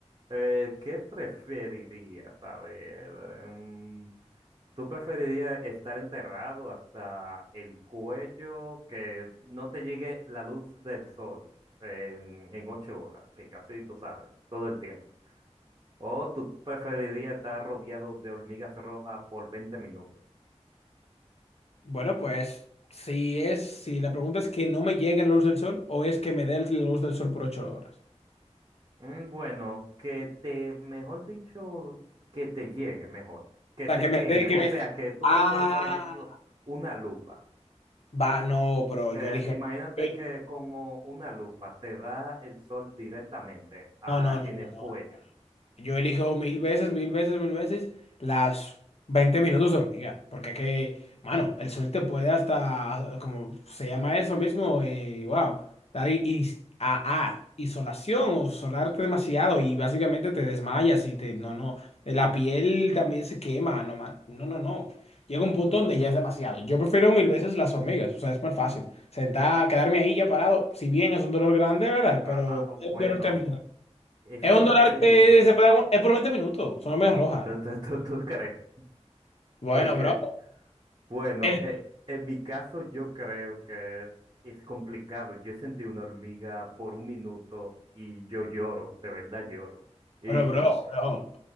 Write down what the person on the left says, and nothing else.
Bueno, pues, si es, si la pregunta es que no me llegue la luz del sol o es que me dé la luz del sol por ocho horas.
O
sea, que me
esté, que
me...
Ah,
va, no, bro,
yo elijo...
yo-
No, no, no,
no, no, no,
no,
Yo elijo mil veces, mil veces, mil veces las 20 minutos de hormiga, porque que, mano, el sol te puede hasta, como se llama eso mismo, eh, wow, dar i- is- a, a- isolación o solarte demasiado y básicamente te desmayas y te, no, no, la piel también se quema, no, man, no, no, no. Llega un punto donde ya es demasiado. Yo prefiero mil veces las hormigas, o sea, es más fácil. Sentar, quedarme ahí ya parado, si bien es un dolor grande, ¿verdad?
Pero
es
un dolor temporal.
Es
un dólar que se puede, es por 20 minutos. Son medias rojas.
Bueno,
bro.
El,
bro,
bro, bro.